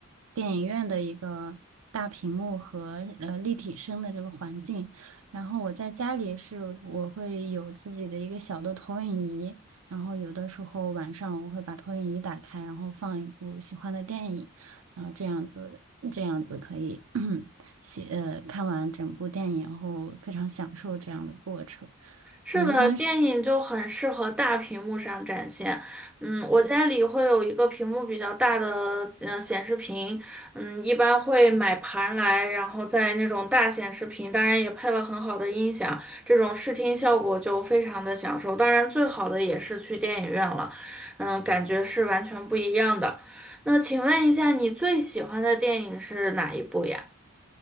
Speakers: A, on the right; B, in the centre.
A: 电影院的一个大屏幕和呃立体声的这个环境。然后我在家里是我会有自己的一个小的投影仪，然后有的时候晚上我会把投影仪打开，然后放一部喜欢的电影，然后这样子这样子可以 <clears throat> 写呃看完整部电影后非常享受这样的过程。
B: 是的，
A: 你一般
B: 电影就很适合大屏幕上展现。嗯，我家里会有一个屏幕比较大的嗯、呃显示屏，嗯，一般会买盘来，然后在那种大显示屏，当然也配了很好的音响，这种视听效果就非常的享受。当然，最好的也是去电影院了，嗯，感觉是完全不一样的。那请问一下，你最喜欢的电影是哪一部呀？